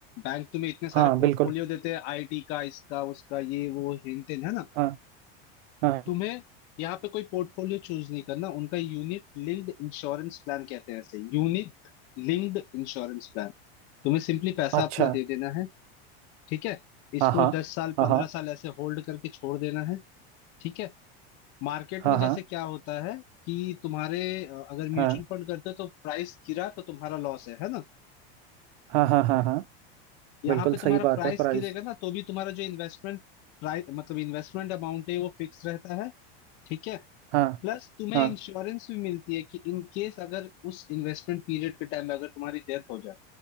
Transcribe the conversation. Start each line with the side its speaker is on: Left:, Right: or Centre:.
Left: बैंक तुम्हें इतने सारे
Right: हाँ
Left: पोर्टफोलियो
Right: बिल्कुल
Left: देते हैं आईटी का इसका उसका ये वो हिंट है ना
Right: हाँ हाँ हाँ।
Left: तुम्हें यहाँ पे कोई पोर्टफोलियो चूज नहीं करना उनका यूनिट लिंक्ड इंश्योरेंस प्लान कहते हैं ऐसे यूनिट लिंक्ड इंश्योरेंस प्लान तुम्हें सिंपली पैसा
Right: अच्छा
Left: अपना दे देना है ठीक है इसको
Right: हाँ हाँ
Left: दस साल
Right: हाँ
Left: पंद्रह
Right: हाँ
Left: साल ऐसे होल्ड करके छोड़ देना है ठीक है मार्केट
Right: हाँ
Left: में जैसे
Right: हाँ
Left: क्या होता है कि तुम्हारे अ, अगर म्यूचुअल
Right: हाँ
Left: फंड करते हो तो प्राइस गिरा तो तुम्हारा लॉस है है ना
Right: हाँ हाँ हाँ हाँ
Left: यहाँ
Right: बिल्कुल
Left: पे
Right: सही
Left: तुम्हारा
Right: बात
Left: प्राइस
Right: है प्राइस
Left: गिरेगा ना तो भी तुम्हारा जो इन्वेस्टमेंट प्राइस मतलब इन्वेस्टमेंट अमाउंट है वो फिक्स रहता है ठीक है
Right: हाँ
Left: प्लस तुम्हें
Right: हाँ
Left: इंश्योरेंस भी मिलती है कि इन केस अगर उस इन्वेस्टमेंट पीरियड के टाइम में अगर तुम्हारी डेथ हो जाए